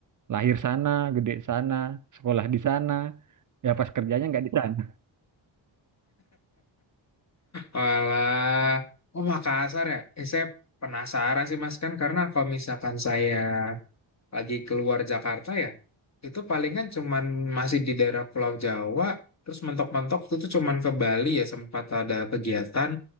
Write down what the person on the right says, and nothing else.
Lahir sana, gede sana, sekolah di sana. Ya pas kerjanya nggak di sana.